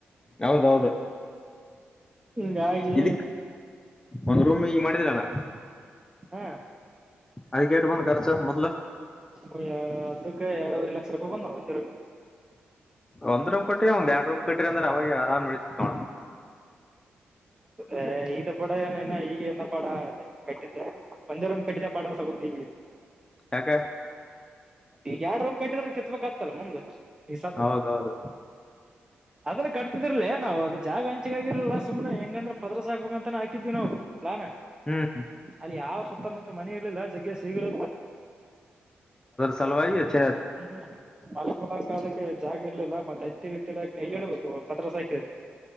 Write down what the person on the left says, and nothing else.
ಹೌದೌದು
ಇದ ಒಂದ್ ರೂಮ್ ಈ ಮಾಡಿದೀರಲ್ಲ
ಅರಿಕೇಟ್ ಬಂದ ಕಚ ಮತ್ಲ
ಒಂದ್ ರೂಮ್ ಕಟ್ರ ಒಂದ್ ಎರಡು ರೂಮ್ ಕಟ್ಟ್ರರಿ ಅಂದ್ರೆ ಅವಾಗ ಆರಾಮ್ ಇಳತಿತ್ ನೋಳ
ಹಕ್ಕ
ಹೌದೌದು
ಹ್ಮ್
ಸಲ್ವಾರಚ್ಚ